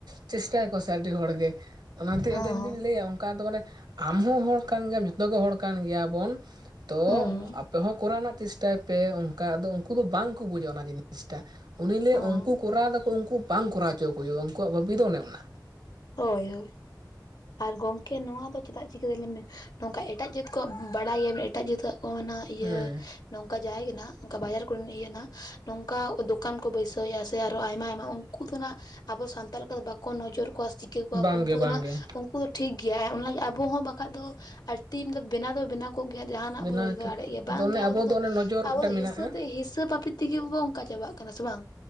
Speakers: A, on the right; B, on the left.
A: ᱪᱮᱥᱴᱟᱭᱠᱚ ᱥᱮ ᱟᱹᱰᱤ ᱦᱚᱲᱜᱮ ᱚᱱᱟᱛᱮ
B: ᱦᱚᱸ
A: ᱟᱫᱚ ᱤᱧᱫᱩᱧ ᱞᱟᱹᱭᱟ ᱚᱱᱠᱟ ᱫᱚ ᱢᱟᱱᱮ ᱟᱢᱦᱚᱸ ᱦᱚᱲ ᱠᱟᱱ ᱜᱮᱭᱟᱢ ᱡᱚᱛᱚᱜᱮ ᱦᱚᱲ ᱠᱟᱱ ᱜᱮᱭᱟ ᱵᱚᱱ ᱛᱚ
B: ᱦᱚᱸ
A: ᱟᱯᱮ ᱦᱚᱸ ᱠᱚᱨᱟᱣ ᱨᱮᱱᱟᱜ ᱪᱮᱥᱴᱟᱭ ᱯᱮ ᱚᱱᱠᱟ ᱟ ᱩᱱᱠᱩ ᱫᱚ ᱵᱟᱝᱠᱚ ᱵᱩᱡᱟᱼᱟ ᱚᱱᱟ ᱡᱤᱱᱤᱥᱴᱟ, ᱩᱱᱤ ᱞᱟᱹᱭ
B: ᱦᱚᱸ
A: ᱩᱱᱠᱩ ᱠᱚᱨᱟᱣ ᱫᱚᱯᱮ ᱩᱱᱠᱩ ᱵᱟᱝ ᱠᱚᱨᱟᱣ ᱦᱚᱪᱚ ᱠᱚ ᱦᱩᱭᱩᱜᱼᱟ ᱩᱱᱠᱩᱣᱟᱜ ᱵᱟᱹᱵᱤ ᱫᱚ ᱚᱱᱮ ᱚᱱᱟ᱾
B: ᱦᱳᱭ ᱦᱳᱭ, ᱟᱨ ᱜᱚᱢᱠᱮ ᱱᱚᱣᱟ ᱫᱚ ᱪᱮᱫᱟᱜ ᱪᱤᱠᱟᱹᱛᱮᱞᱮ ᱢᱮ ᱱᱚᱝᱠᱟ ᱮᱴᱟᱜ ᱡᱟᱹᱛ ᱠᱚᱣᱟᱜ ᱵᱟᱲᱟᱭᱟ ᱮᱴᱟᱜ ᱡᱟᱹᱛ ᱣᱟᱜ ᱠᱚ ᱚᱱᱟ ᱤᱭᱟᱹ
A: ᱦᱮᱸ
B: ᱱᱚᱝᱠᱟ ᱡᱟᱭ ᱜᱮᱱᱦᱟᱜ ᱱᱚᱝᱠᱟ ᱵᱟᱡᱟᱨ ᱠᱚᱨᱮ ᱤᱭᱟᱹᱱᱟ ᱱᱚᱝᱠᱟ ᱫᱚᱠᱟᱱ ᱠᱚ ᱵᱟᱹᱭᱥᱟᱹᱣᱮᱫᱼᱟ ᱥᱮ ᱟᱨᱚ ᱟᱭᱢᱟ ᱟᱭᱢᱟ ᱩᱱᱠᱩ ᱫᱚᱱᱟᱜ ᱟᱵᱚ ᱥᱟᱱᱛᱟᱞ ᱞᱮᱠᱟ ᱵᱟᱠᱚ ᱱᱚᱡᱚᱨ ᱠᱚᱣᱟ ᱪᱤᱠᱟᱹ ᱠᱚᱣᱟ
A: ᱵᱟᱝᱜᱮ
B: ᱠᱚ ᱩᱱᱠᱩ ᱫᱚ
A: ᱵᱟᱝᱜᱮ
B: ᱱᱟᱜ ᱩᱱᱠᱩ ᱫᱚ ᱴᱷᱤᱠ ᱜᱮᱭᱟ ᱚᱱᱟ ᱟᱵᱚ ᱦᱚᱸ ᱵᱟᱠᱷᱟᱡ ᱫᱚ ᱟᱨ ᱛᱤᱢ ᱫᱚ ᱵᱮᱱᱟᱣ ᱫᱚ ᱵᱮᱱᱟᱣ ᱜᱮᱭᱟ ᱡᱟᱦᱟᱱᱟᱜ
A: ᱵᱮᱱᱟᱣ
B: ᱵᱚ ᱨᱳᱡᱽᱜᱟᱨ ᱫᱟᱲᱮᱭᱟᱜ ᱜᱮᱭᱟ ᱵᱟᱝ
A: ᱟᱫᱚ ᱚᱱᱮ
B: ᱜᱮ ᱟᱵᱚ ᱫᱚ
A: ᱚᱱᱮ ᱱᱚᱡᱚᱨ
B: ᱟᱵᱚ
A: ᱢᱤᱫᱴᱟᱝ ᱢᱮᱱᱟᱜᱼᱟ
B: ᱦᱤᱥᱟᱹ ᱛᱮ ᱦᱤᱥᱟᱹ ᱵᱟᱹᱵᱤᱛ ᱛᱮᱜᱮ ᱠᱚᱠᱚ ᱚᱱᱠᱟ ᱪᱟᱵᱟᱜ ᱠᱟᱱᱟ ᱥᱮ ᱵᱟᱝ